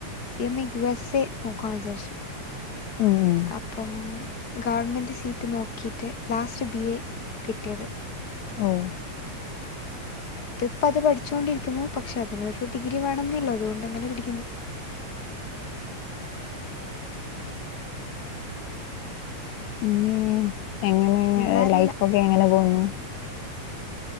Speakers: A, on the left (about 35°); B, on the left (about 75°).
A: C M U S A നോക്കാൻ വിചാരിച്ചു
B: ഉം ഉം
A: അപ്പം ഗവൺമെൻറ് സീറ്റ് നോക്കിയിട്ട് ലാസ്റ്റ് ബി എ കിട്ടിയത്
B: ഓഹ്
A: ഇപ്പ ഇപ്പ അത് പഠിച്ചുകൊണ്ടിരിക്കുന്നു പക്ഷെ അതിനൊരു ഡിഗ്രി വേണംന്നല്ലോ അതുകൊണ്ട്ങ്ങനെ പഠിക്കുന്നു
B: പിന്നെ എങ്ങനെ
A: എന്താ അറിയില്ല
B: ലൈഫൊക്കെ എങ്ങനെ പോന്നു